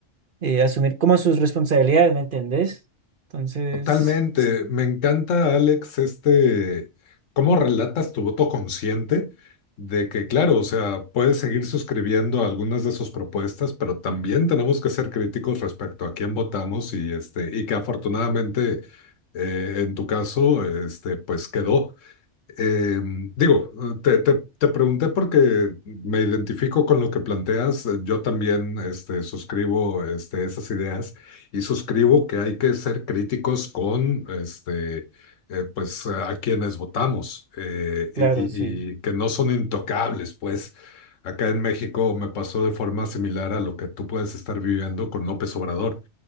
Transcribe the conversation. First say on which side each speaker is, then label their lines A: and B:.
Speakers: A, on the right; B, on the left.
A: eh, asumir como sus responsabilidades, ¿me entendés? Entonces,
B: Totalmente.
A: s-
B: Me encanta, Alex, este, cómo relatas tu voto consciente de que, claro, o sea, puedes seguir suscribiendo algunas de sus propuestas, pero también tenemos que ser críticos respecto a quién votamos y, este, y que afortunadamente, eh, en tu caso, este, pues quedó. Eh, digo, te, te- te pregunté porque me identifico con lo que planteas. Yo también este, suscribo este, esas ideas y suscribo que hay que ser críticos con este, eh, pues, a quienes votamos eh,
A: claro,
B: y, y-
A: sí.
B: y que no son intocables. Pues acá en México me pasó de forma similar a lo que tú puedes estar viviendo con López Obrador.